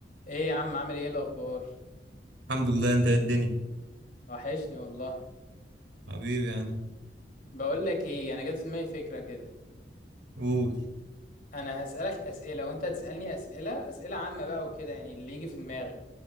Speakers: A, on the left; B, on the right.
A: ايه يا عم عامل ايه الاخبار
B: الحمد لله انت ايه الدنيا
A: وحشني والله
B: حبيبي يعني
A: بقول لك ايه انا جت في دماغي فكره كده
B: قول
A: انا هسالك اسئله وانت هتسالني اسئله اسئله عامه بقى وكده يعني اللي يجي في دماغك